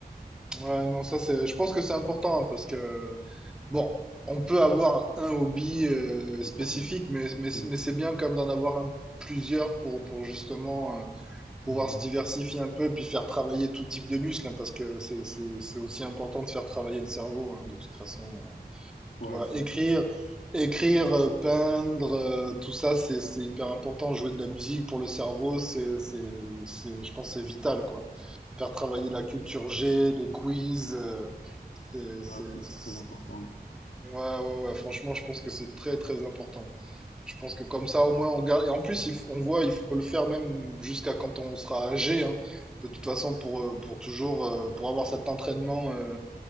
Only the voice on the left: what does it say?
C'est
ça, oui.
Mhm.
Mhm.
Ouais,
ça,
ça, ça.
Ouais,
c'est c'est
très important.
Ouais.